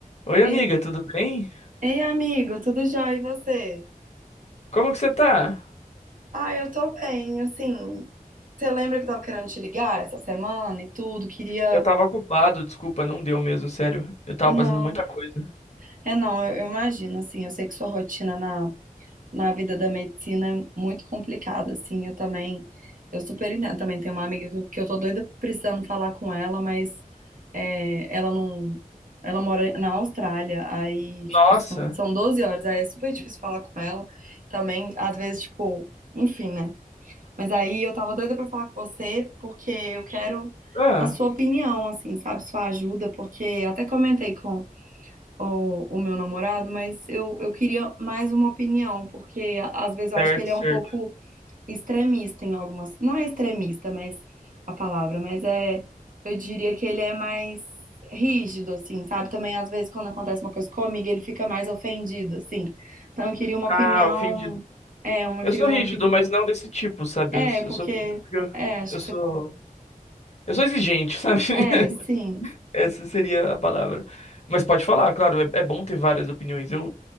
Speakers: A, on the left (about 50°); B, on the right (about 65°).
A: Oi,
B: Ei,
A: amiga, tudo bem?
B: ei, amigo, tudo já E você?
A: Como que você tá?
B: Ah, eu tô bem, assim. Você lembra que eu tava querendo te ligar essa semana e tudo? Queria.
A: Eu tava ocupado, desculpa, não deu mesmo, sério. Eu tava
B: Não,
A: fazendo muita coisa.
B: é não, eu, eu imagino, assim. Eu sei que sua rotina na, na vida da medicina é muito complicada, assim. Eu também. Eu super entendo. Também tenho uma amiga que, eu que eu tô doida precisando falar com ela, mas é, ela não. Ela mora na Austrália, aí, tipo,
A: Nossa.
B: são, são 12 horas, aí é super difícil falar com ela. Também, às vezes, tipo, enfim, né? Mas aí eu tava doida pra falar com você, porque eu quero
A: Ah,
B: a sua opinião, assim, sabe? Sua ajuda, porque até comentei com o, o meu namorado, mas eu, eu queria mais uma opinião, porque a- às vezes eu
A: certo,
B: acho que ele é
A: certo.
B: um pouco extremista em algumas. Não é extremista, mas a palavra, mas é. Eu diria que ele é mais rígido, assim, sabe? Também às vezes quando acontece uma coisa comigo, ele fica mais ofendido, assim. Então eu queria uma
A: Ah,
B: opinião.
A: ofendido.
B: É, uma,
A: Eu
B: eu queria
A: sou
B: uma
A: rígido,
B: opinião.
A: mas não desse tipo, sabe?
B: É,
A: Eu, eu
B: porque.
A: sou rígido porque eu,
B: É, acho
A: eu
B: que
A: sou.
B: você.
A: Eu sou exigente, sabe? <laughs>
B: É, sim.
A: Essa seria a palavra. Mas pode falar, claro, é, é bom ter várias opiniões. Eu,